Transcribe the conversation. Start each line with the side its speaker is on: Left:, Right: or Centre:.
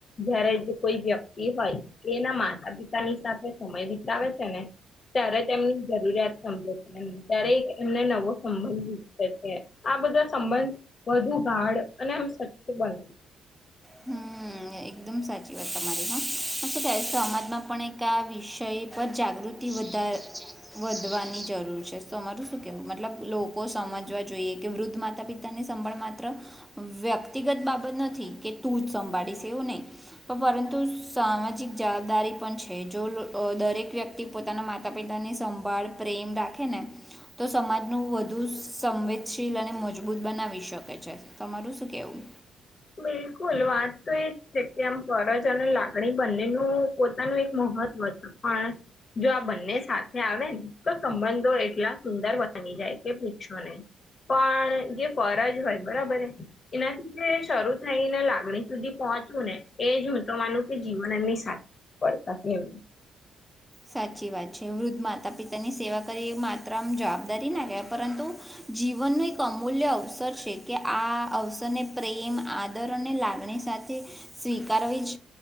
Left: જયારે જે કોઈ વ્યક્તિ હોય, એના માતા-પિતાની સાથે સમય વિતાવે છે ને ત્યારે તેમની જરૂરિયાત સમજે. ત્યારે એક એમને નવો સંબંધ છે. આ બધા સંબંધ વધુ ગાઢ અને એમ સચ્ય બને.
Centre: <unintelligible> હમ, એકદમ સાચી વાત તમારી હ, શું કેવાય સમાજમાં પણ એક આ વિષ વિષય પર જાગૃતિ વધાર વધવાની જરૂર છે, તમારું શું કેવું, મતલબ લોકો સમજવા જોઈએ કે વૃદ્ધ માતા- પિતાની સંભાળ માત્ર વ્યક્તિગત બાબત નથી કે તું જ સંભાળીશ એવું નહી, પરંતુ સામાજિક જવાબદારી પણ છે જો દરેક વ્યક્તિ પોતાના માતા-પિતાની સંભાળ પ્રેમ રાખે ને તો સમાજનું વધુ સંવેદશીલ અને મજબૂત બનાવી શકે છે, તમારું શું કહેવું?
Left: બિલકુલ, વાત તો એજ છે કે આમ ફરજ અને લાગણી બંનેનું પોતાનું એક મોહ મહત્વ પણ, જો આ બંને સાથે આવે ને, તો સંબંધો એટલા સુંદર બની જાય કે પૂછો નહીં, પણ જે ફરજ હોય બરાબર એનાથી જે શરૂ થઈ ને લાગણી સુધી પહોંચવું ને, એ જ હું તો માનું કે જીવન એમની સાથે પડતા એમ.
Centre: સાચી વાત છે, વૃદ્ધ માતા-પિતાની સેવા કરી એ માત્ર આમ જવાબદારી ના કહેવાય, પરંતુ જીવનનું એક અમૂલ્ય અવસર છે કે, આ અવસરને પ્રેમ, આદર અને લાગણી સાથે સ્વીકારવી, જ